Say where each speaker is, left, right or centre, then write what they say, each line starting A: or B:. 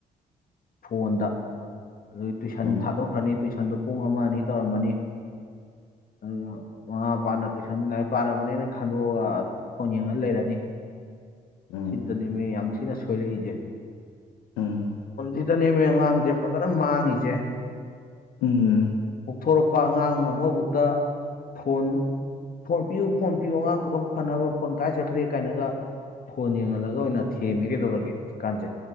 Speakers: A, on the left; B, on the left.
A: ꯐꯣꯟꯗ ꯑꯗꯨ ꯇꯨꯏꯁꯟ
B: ꯎꯝ
A: ꯊꯥꯗꯣꯛꯈ꯭ꯔꯅꯤ ꯇꯨꯏꯁꯟꯗꯨ ꯄꯨꯡ ꯑꯃ ꯑꯅꯤ ꯇꯧꯔꯝꯃꯅꯤ ꯑꯗꯨꯒ ꯃꯃꯥ ꯃꯄꯥꯅ ꯇꯨꯏꯁꯟ ꯂꯥꯏꯔꯤꯛ ꯄꯥꯔꯕꯅꯤꯅ ꯈꯟꯗꯣꯛꯑꯒ ꯑꯗꯨꯝ ꯐꯣꯟ ꯌꯦꯡꯉ ꯂꯩꯔꯅꯤ
B: ꯎꯝ
A: ꯁꯤꯅꯦ ꯃ ꯌꯥꯝꯝꯁꯤꯅ ꯁꯣꯏꯣꯏꯔꯖꯦ
B: ꯎꯝ
A: ꯁꯤꯗꯅꯦꯕ ꯑꯉꯥꯡꯁꯦ ꯐꯖꯅ ꯃꯥꯡꯉꯤꯁꯦ
B: ꯎꯝ
A: ꯀꯥꯎꯊꯣꯔꯛꯄ ꯑꯉꯥꯡ ꯑꯃꯐꯥꯎꯛꯇ ꯐꯣꯟ ꯐꯣꯟ ꯄꯤꯌꯨ ꯐꯣꯟ ꯄꯤꯌꯨ ꯑꯉꯥꯡ ꯈ ꯈꯔ ꯐꯅꯕ ꯐꯣꯟ ꯀꯥꯏ ꯆꯠꯈ꯭ꯔꯦ ꯀꯥꯏꯅꯒ ꯐꯣꯟ ꯌꯦꯡꯍꯜꯂꯒ ꯑꯣꯏꯅ ꯊꯦꯝꯃꯦ ꯀꯩꯗꯧꯔꯒꯦ ꯍꯧꯖꯤꯛꯀꯥꯟꯁꯦ